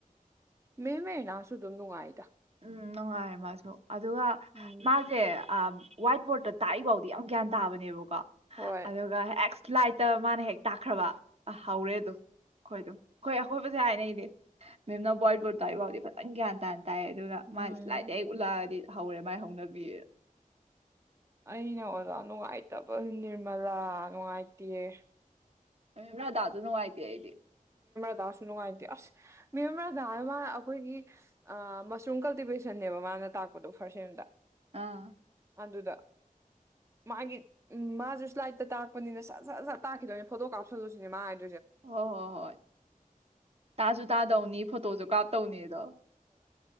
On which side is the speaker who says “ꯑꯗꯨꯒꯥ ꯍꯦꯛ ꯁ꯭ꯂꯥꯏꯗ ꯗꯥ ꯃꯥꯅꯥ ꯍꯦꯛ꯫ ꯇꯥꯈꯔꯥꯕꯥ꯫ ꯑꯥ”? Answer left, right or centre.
Right